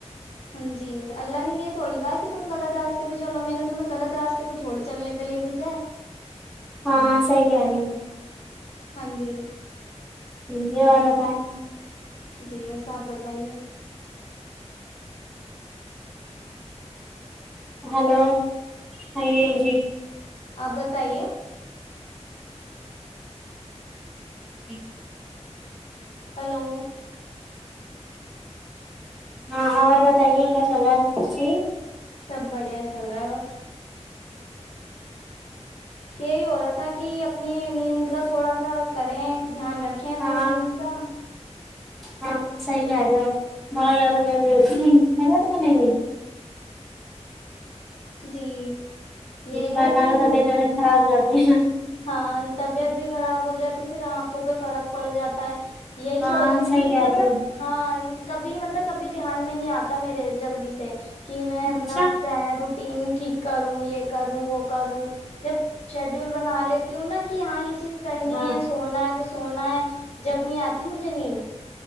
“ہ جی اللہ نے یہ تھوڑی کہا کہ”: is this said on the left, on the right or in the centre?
Left